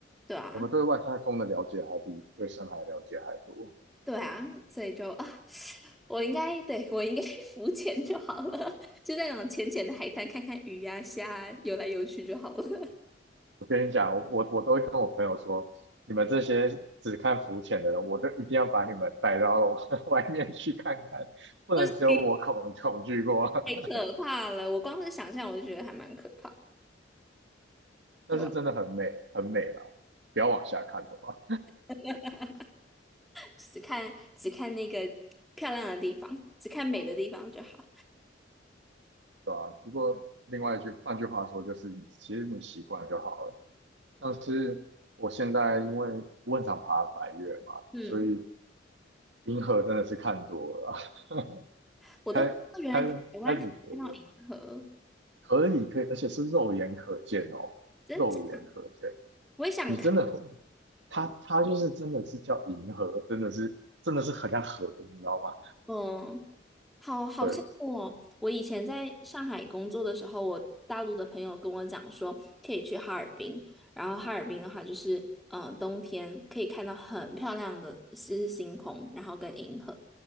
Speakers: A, in the centre; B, on the right.
A: 对啊，
B: 我们对外太空的了解还比对深海了解还多。
A: 对啊，所以就啊，我应该对我应该去浮潜就好了，<laughs> 就在那种浅浅的海滩看看鱼呀、虾啊游来游去就好了。
B: 我跟你讲，我我都会跟我朋友说，你们这些只看浮潜的人，我都一定要把你们带到 <laughs> 外面去看看，
A: <laughs>
B: 不能只有我恐恐惧过。
A: 为什么？
B: <laughs>
A: 太可怕了！我光是想象我就觉得还蛮可怕的
B: 但是真的很美，
A: 对吧？
B: 很美啦，不要往下看的话。
A: <laughs> 只看只看那个漂亮的地方，只看美的地方就好。
B: 对吧？不过另外一句，换句话说，就是你其实你习惯就好了。像是我现在因为我很常爬百月嘛，
A: 嗯，
B: 所以银河真的是看多了啊，<laughs>
A: 我都不知道原来台湾可以
B: 开开开始觉得
A: 喝
B: 可以可以，而且是肉眼可见哦，
A: 真假？
B: 肉眼可见，
A: 我也想看。
B: 你真的会，它它就是真的是叫银河，真的是真的是很像河，你知道吗？
A: 哦。好好羡慕哦！
B: 对，
A: 我以前在上海工作的时候，我大陆的朋友跟我讲说，可以去哈尔滨，然后哈尔滨的话就是，呃，冬天可以看到很漂亮的是星空，然后跟银河，